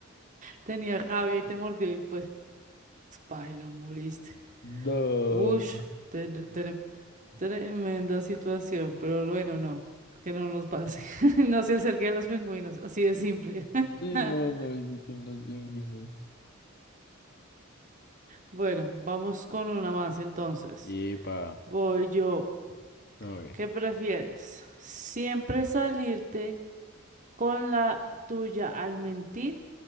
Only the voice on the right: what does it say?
tenía rabia y te mordió y pues. Pailo, moriste.
Ush, te- tre- tremenda situación, pero bueno, no, que no nos pase. <laughs> No se acerque a los pingüinos, así de simple. <laughs>
Bueno, vamos con una más entonces.
Voy yo.
¿Qué prefieres? ¿Siempre salirte con la tuya al mentir